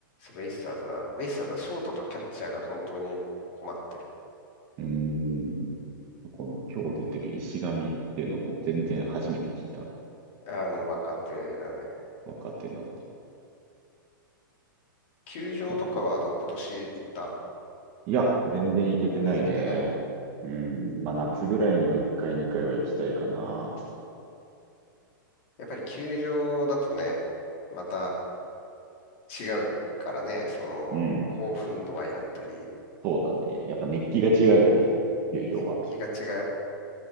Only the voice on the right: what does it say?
うーん。この今日出てる石神っていうのも全然初めて聞いたな。
若手なんだ。
なるほど。いや、全然いけてないね。
うん。まあ、夏ぐらいには1回、2回は行きたいかな。
うん。
そうだね。やっぱ熱気が違うよね。球場は。